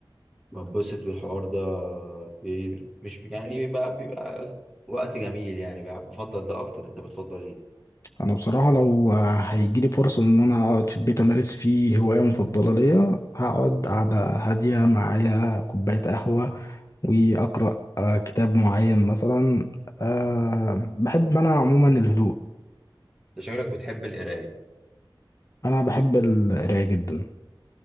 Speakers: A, in the centre; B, on the left.
A: بنبسط بالحوار ده بي- مش يعني بيبقى بيبقى وقت جميل يعني بفضل ده اكتر انت بتفضل ايه
B: انا بصراحة لو هيجيلي فرصة ان انا اقعد في البيت امارس فيه هواية مفضلة ليا هقعد قعدة هادية معايا كوباية قهوة واقرأ آه، كتاب معين مثلا أه بحب انا عموما الهدوء
A: ده شكلك بتحب القراية
B: انا بحب القراية جدا